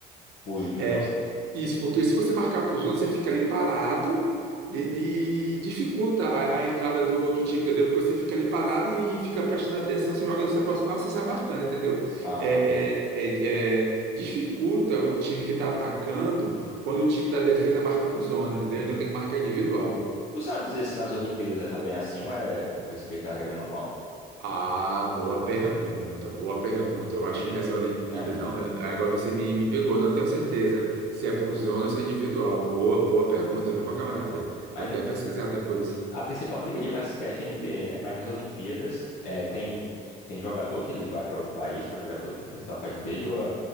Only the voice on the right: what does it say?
é, Isso, porque se você marcar por zona, você fica ali parado e, e- e dificulta a, a entrada do outro time, entendeu? Porque você fica ali parado e, e fica prestando atenção. Se o jogador se aproximar, você sai marcando, entendeu?
É, é- é- é- dificulta o time que está atacando quando o time da defesa marca por zona, entendeu? Então tem que marcar individual.
Ah, boa pergunta, boa pergunta. Eu
acho que nas Olimpíadas,
não, agora você me, me pegou, não tenho certeza se é por zona ou se é individual. Boa, boa pergunta, viu, meu camarada?
Vou até pesquisar depois.